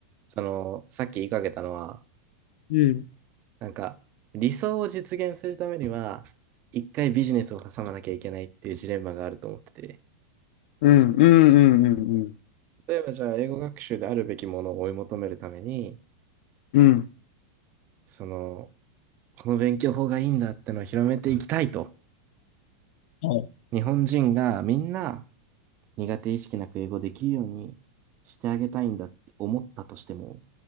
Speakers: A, on the right; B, on the left.
A: その、さっき言いかけたのは、
B: うん
A: なんか、理想を実現するためには、一回ビジネスを挟まなきゃいけないっていうジレンマがあると思ってて、
B: うんうんうんうん
A: 例えばじゃあ、英語学習であるべきものを追い求めるために、
B: うん
A: その、この勉強法がいいんだってのを広めていきたいと、
B: はい
A: 日本人がみんな苦手意識なく英語できるようにしてあげたいんだって思ったとしても、